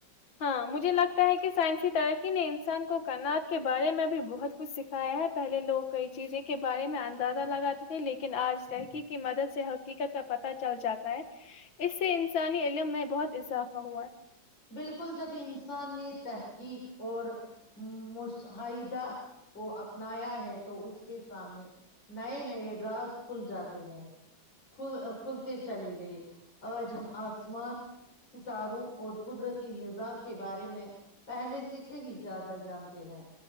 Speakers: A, on the left (about 80°); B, on the left (about 65°).
A: ہاں مجھے لگتا ہے کہ سائنسی ترقی نے انسان کو کناعات کے بارے میں بھی بہت کچھ سکھایا ہے پہلے لوگ کئی چیزیں کے بارے میں اندازہ لگاتے تھے لیکن آج تحقیق کی مدد سے حقیقت کا پتہ چل جاتا ہے اس سے انسانی علم میں بہت اضافہ ہوا ہے
B: بالکل جب انسان نے طے حقق اور مشاہدہ کو اپنایا ہے تو اس کے سامنے نئے نئے رج کھل جاتے بہت کل کھلتے چلے گئے آج ہم آسمان ستاروں اور قدرتی نظام کے بارے میں پہلے سے کہیں زیادہ جانتے ہیں